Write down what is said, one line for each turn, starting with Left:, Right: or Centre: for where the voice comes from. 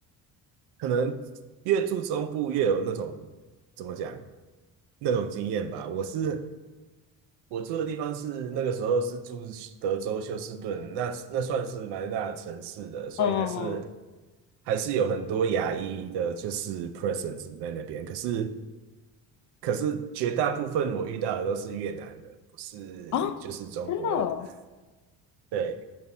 Right: 可能越住中部越有那种怎么讲那种经验吧。我是我住的地方是那个时候是住德州休斯顿，那那算是蛮大的城市的，所以还是
Left: 嗯嗯
Right: 还是有很多亚裔的，就是 presence 在那边。可是可是绝大部分我遇到的都是越南人，不是就是中国人。
Left: 嗯，啊，真的哦
Right: <laughs> 对，